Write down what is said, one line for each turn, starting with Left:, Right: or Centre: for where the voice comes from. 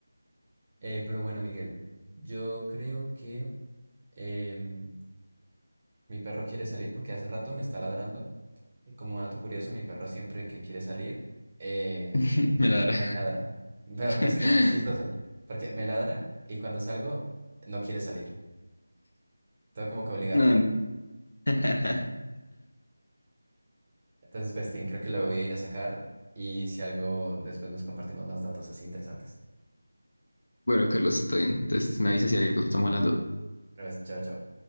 Right: Eh, pero bueno, Miguel, yo creo que em, mi perro quiere salir porque hace rato me está ladrando. Y como dato curioso, mi perro siempre que quiere salir, em,
Left: <laughs> Me ladra.
Right: Me ladra. Pero,
Left: <laughs>
Right: pero es que es chistoso. Porque me ladra y cuando salgo no quiere salir. Tengo como que obligarlo.
Left: No. <laughs>
Right: Entonces, Pestín, creo que lo voy a ir a sacar y si algo, después nos compartimos más datos así interesantes.
Left: Bueno, Carlos, estoy bien. Entonces me avisas si algo estamos hablando.
Right: Pero pues, chao, chao.